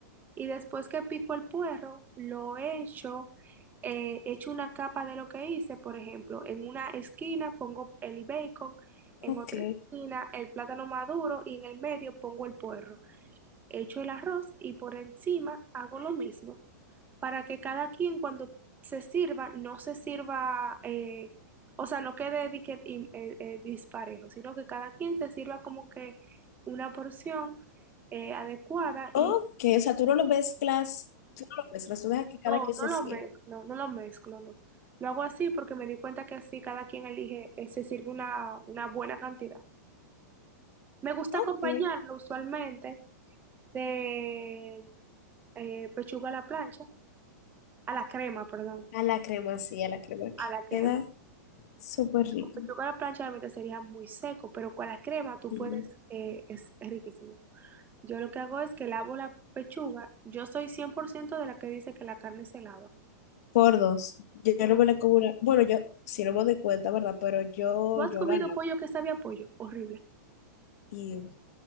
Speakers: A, on the right; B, on the left.
A: Y después que pico el puerro, lo echo, eh, echo una capa de lo que hice, por ejemplo, en una esquina pongo el bacon, en
B: Ok,
A: otra esquina el plátano maduro y en el medio pongo el puerro. Echo el arroz y por encima hago lo mismo, para que cada quien cuando se sirva, no se sirva, eh, o sea, no quede di que- im- eh, eh, disparejo, sino que cada quien se sirva como que una porción eh, adecuada
B: ok,
A: y...
B: o sea, tú no lo mezclas, tú no lo mezclas, tú dejas que cada
A: No,
B: quien
A: no
B: se
A: lo
B: sirva.
A: mezclo, no, no lo mezclo, no. Lo hago así porque me di cuenta que así cada quien elige, eh, se sirve una, una buena cantidad. Me gusta
B: Ok.
A: acompañarlo usualmente de eh, pechuga a la plancha, a la crema, perdón,
B: A la crema, sí, a la crema que
A: a la crema.
B: queda súper rico.
A: Con pechuga a la plancha realmente sería muy seco, pero con la crema tú
B: Y
A: puedes, eh, es, es riquísimo. Yo lo que hago es que lavo la pechuga. Yo soy 100% de la que dice que la carne se lava.
B: Por dos. Yo, yo
A: Y no-
B: no me la como una- Bueno, yo sí no me doy cuenta, ¿verdad? Pero yo,
A: ¿Tú has
B: yo
A: comido
B: la lavo.
A: pollo que sabe a pollo? Horrible,
B: Y